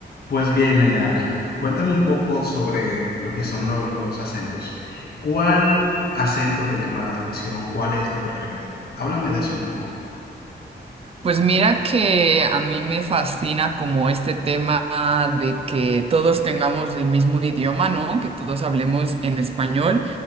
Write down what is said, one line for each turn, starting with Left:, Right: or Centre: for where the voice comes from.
Left: Pues bien, Nayara, cuéntame un poco sobre lo que son lo- los acentos. ¿Cuál acento te llama la atención? ¿Cuál es tu preferido? Háblame de eso un poco.
Right: Pues mira que a mí me fascina como este tema de que todos tengamos el mismo idioma, ¿no? Que todos hablemos en español,